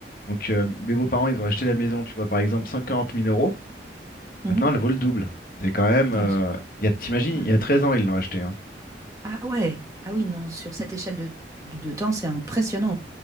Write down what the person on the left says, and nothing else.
Donc euh, mes beaux-parents, ils ont acheté la maison, tu vois, par exemple 140 000 euros.
Maintenant,
elle vaut le double. C'est quand même. euh,
il y a, t'imagines, il
y a 13 ans, ils l'ont acheté. hein.